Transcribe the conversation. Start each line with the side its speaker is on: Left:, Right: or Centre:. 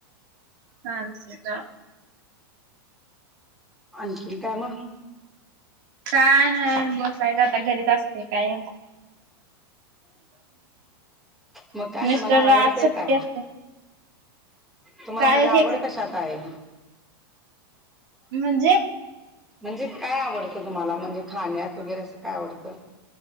Right: <unintelligible>
Centre: आणखीन काय मग?
Right: छान हाय बसायचं आता घरीच असते कायम.
Centre: मग काय
Right: मिस्टर
Centre: तुम्हाला
Right: ला
Centre: आवडतंय
Right: आज सुट्टी
Centre: का
Right: असते.
Centre: तुम्हाला
Right: काय
Centre: म्हणजे आवड
Right: हे
Centre: कशात आहे?
Right: म्हणजे?
Centre: म्हणजे काय आवडतं तुम्हाला म्हणजे खाण्यात वगैरे असं काय आवडतं?